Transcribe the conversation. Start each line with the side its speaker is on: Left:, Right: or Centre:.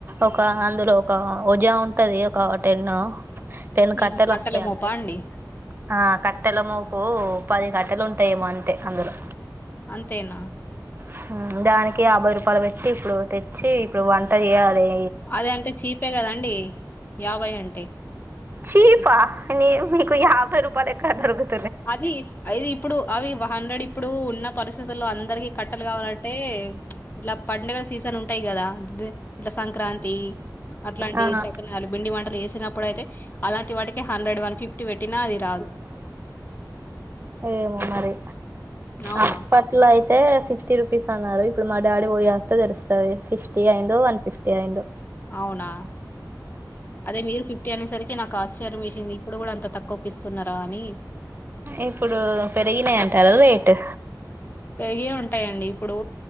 Right: ఒకా అందులో ఒకా వజా ఉంటది ఒకా టెన్ను. టెన్
Left: ఉమ్,
Right: కట్టెలు
Left: కట్టెల
Right: వస్తయి
Left: మోపా
Right: అందులో.
Left: అండి
Right: ఆ కట్టెల మోపూ పది కట్టెలు ఉంటాయేమో అంతే అందులో.
Left: అంతేన
Right: హా దానికి యాభై రూపాయలు పెట్టి ఇప్పుడు తెచ్చీ ఇప్పుడూ వంట జేయాలే.
Left: అది అంటే చీపే కదండీ. యాభై అంటే
Right: చీపా
Left: ఇట్స్-
Right: నీ నీకు యాభై రూపాయలు ఎక్కడా దొరుగుతు
Left: అదీ. అయిది ఇప్పుడు అవి హండ్రెడ్ ఇప్పుడూ ఉన్న పరిస్థితుల్లో అందరికి కట్టెలు కావాలంటే ప్చ్ ఇట్లా పండుగల సీజన్ ఉంటాయి గదా ఇట్లా సంక్రాంతి. అట్లాంటియి
Right: ఆ
Left: సకినాలు బిండి వంటలు చేస్త్ తినప్పుడయితే అలాంటి వాటికి హండ్రెడ్ వన్ ఫిఫ్టీ పెట్టినా అది రాదు.
Right: ఏమో మరి
Left: అవునా
Right: అప్పట్లో అయిత్ అయితే ఫిఫ్టీ రూపీస్ అన్నారు ఇప్పుడు మా డాడీ పోయేస్త తెరుస్తుంది ఫిఫ్టీ అయిందో వన్ ఫిఫ్టీ అయిందో
Left: అవునా అదే మీరు ఫిఫ్టీ అనేసరికి నాకు ఆశ్చర్యం వేసింది ఇప్పుడు కూడా అంత తక్కువకి ఇస్తున్నారా అని
Right: ఇప్పుడు పెరిగినయి అంటారు రేటు
Left: పెరిగే ఉంటాయండి ఇప్పుడు